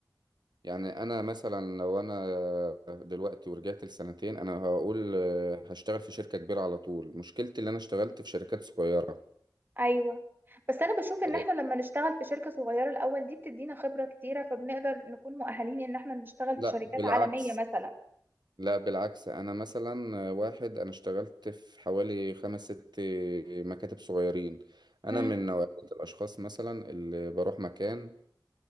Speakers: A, on the right; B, on the right.
A: يعني انا مثلا لو انا دلوقتي ورجعت لسنتين انا هقول آه، هشتغل في شركه كبيره على طول مشكلتي اللي انا اشتغلت في شركات صغيره
B: ايوه بس انا بشوف ان
A: آه،
B: احنا لما نشتغل في شركة صغيرة الاول دي بتدينا خبرة كتيرة فبنقدر نكون مؤهلين ان احنا نشتغل
A: لا
B: في شركات
A: بالعكس
B: عالمية مثلا
A: لا بالعكس انا مثلا واحد انا اشتغلت في حوالي خمس ست مكاتب صغيرين انا
B: امم
A: من نوعية الاشخاص مثلا اللي بروح مكان